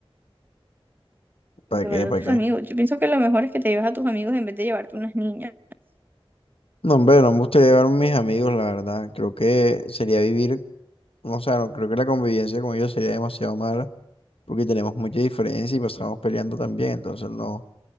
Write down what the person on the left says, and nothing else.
¿Para
qué? ¿Para
qué?
No, hombre, no me gustaría llevar a mis amigos, la verdad. Creo que sería vivir, o sea, no, creo que la convivencia con ellos sería demasiado mala, porque tenemos mucha diferencia y pasamos peleando también, entonces no,